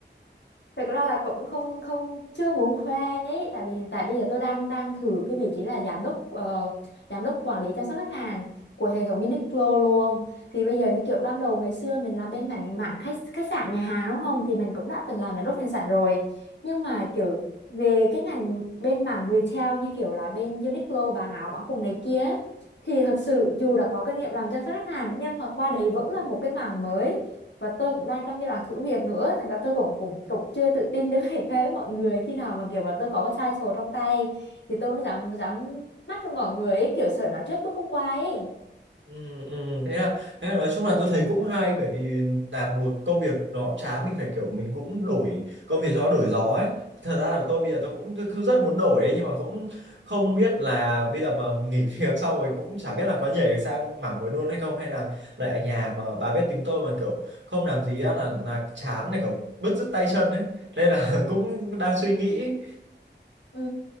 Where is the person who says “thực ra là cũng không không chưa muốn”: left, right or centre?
Left